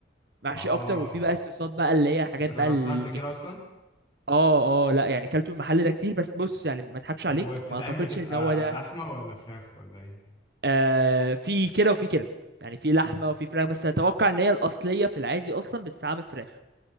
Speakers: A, on the right; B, on the left.
A: محشي
B: اه
A: اكتر وفي بقى الصوصات بقى اللي هي حاجات
B: انت جربتها
A: بقى المكسيك
B: قبل كده اصلا
A: اه اه لا يعني كلته المحل ده كتير بس بص يعني ما اضحكش
B: طب
A: عليك
B: وبتتعمل
A: ما اعتقدش
B: بتبقى
A: ان هو ده
B: لحمة ولا فراخ ولا ايه؟
A: آه في كده وفي كده يعني في لحمه
B: امم
A: وفي فراخ بس اتوقع ان هي الاصليه في العادي اصلا بتتعمل فراخ